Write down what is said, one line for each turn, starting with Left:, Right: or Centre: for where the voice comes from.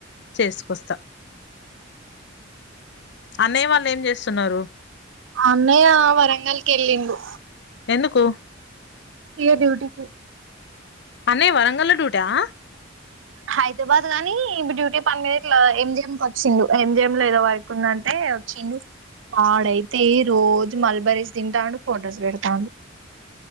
Left: చేసుకొస్తా అన్నయ్య వాళ్ళు ఏం చేస్తున్నారు
Right: అన్నయ వరంగల్ కెళ్ళిండు
Left: ఎందుకు
Right: ఈ డ్యూటీ కే
Left: అన్నయ వరంగల్లా డ్యూటీ ఆ
Right: హైదరాబాద్ గానీ ఇప్పుడు డ్యూటీ పని మీద ఇట్లా ఎం జి ఎం కి వచ్చిండు ఎం జి ఎం లో ఏదో వర్క్ ఉందంటే <unintelligible> వచ్చిండు వాడు అయితే రోజు మల్బరస్ తింటాండి ఫొటోస్ పెడతాండు